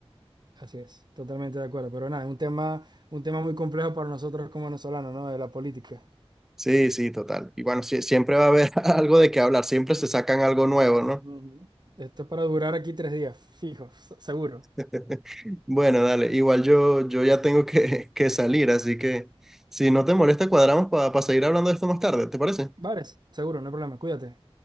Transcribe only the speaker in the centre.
Sí, sí, total. Y bueno, sí, siempre va a haber <laughs> algo de qué hablar, siempre se sacan algo nuevo, ¿no?
<laughs> Bueno, dale, igual yo, yo ya tengo que, que salir, así que si no te molesta, cuadramos para seguir hablando de esto más tarde, ¿te parece?